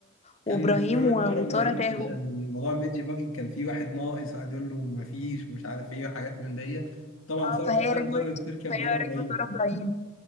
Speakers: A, on the left; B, on the left.
A: وابراهيم
B: كان فلورة راكبة
A: و...
B: ورا ابراهيم
A: وساره تاهوا
B: عشان موضوع البيتج باجي كان في واحد ناقص قعد يقول له مفيش ومش عارف ايه وحاجات من دي طبعا
A: اه
B: ثروت
A: فهي
B: وقتها
A: ركبت
B: اضطرت تركب
A: فهي
B: ورا ابراهيم
A: ركبت ورا ابراهيم